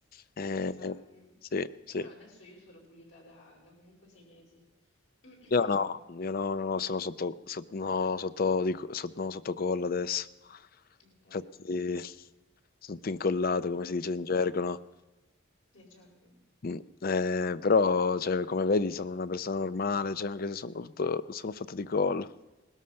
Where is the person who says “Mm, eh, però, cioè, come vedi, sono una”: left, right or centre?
Left